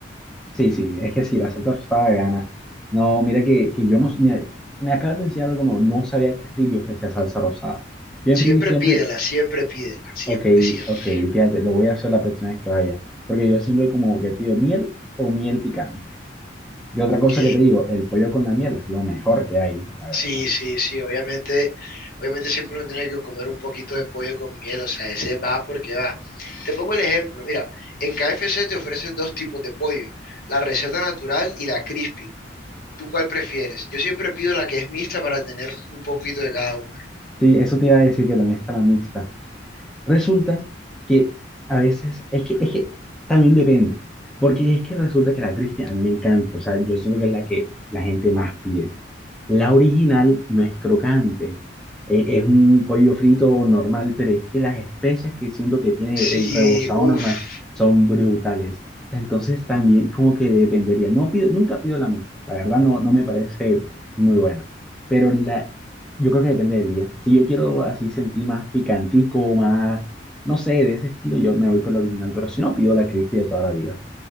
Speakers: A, in the centre; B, on the left.
A: Sí, sí, es que sí, la salsa rosada gana. No, mira que, que yo no, mira, me acabas de enseñar algo, no, no sabía que Frisbee ofrecía salsa rosada. Yo
B: Siempre
A: en Frisbee siempre
B: pídela, siempre pídela, siempre,
A: Ok,
B: siempre.
A: ok, fíjate, lo voy a hacer la próxima vez que vaya, porque yo siempre como que pido miel o miel picante. Y otra
B: Ok.
A: cosa que te digo, el pollo con la miel es lo mejor que hay, la
B: Sí,
A: verdad.
B: sí, sí, obviamente, obviamente siempre uno tiene que comer un poquito de pollo con miel, o sea, ese va porque va. Te pongo el ejemplo, mira, en KFC te ofrecen dos tipos de pollo, la receta natural y la crispy. ¿Tú cuál prefieres? Yo siempre pido la que es mixta para tener un poquito de cada una.
A: Sí, eso te iba a decir que también está la mixta. Resulta que a veces, es que, es que también depende, porque es que resulta que la crispy a mí me encanta, o sea, yo siento que es la que la gente más pide. La original no es crocante, e- es un pollo frito normal, pero es que las especias que siento que tiene
B: Sí,
A: el rebozado
B: uff,
A: normal son brutales. Entonces también como que dependería. No pido, nunca pido la mixta, la verdad no, no me parece muy buena, pero la, yo creo que depende del día. Si yo quiero así sentir más picantico, más, no sé, de ese estilo, yo me voy por la original, pero si no pido la crispy de toda la vida.